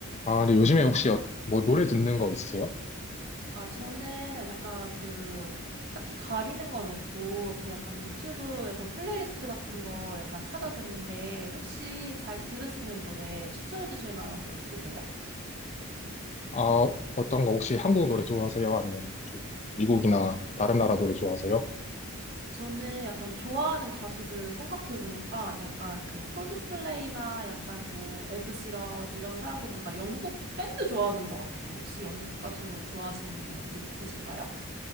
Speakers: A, on the left; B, on the right.
A: 아, 근데 요즘에 혹시 어- 뭐 노래 듣는 거 있으세요?
B: 아, 저는 약간 그, 딱히 가리는 건 없고, 그 약간 유튜브에서 플레이리스트 같은 거 약간 찾아 듣는데, 혹시 잘 들으시는 노래 추천해 주실 만한 거 있으세요?
A: 아, 어떤 거 혹시 한국 노래 좋아하세요? 아니면 좀 미국이나 다른 나라 노래 좋아하세요?
B: 저는 약간 좋아하는 가수들 생각해 보니까, 약간 그 콜드플레이나 약간 뭐, 에드시런 이런 사람들 보니까 영국 밴드 좋아하는 것 같아요. 혹시 영국 가수 좋아하시는 분 있으신가요?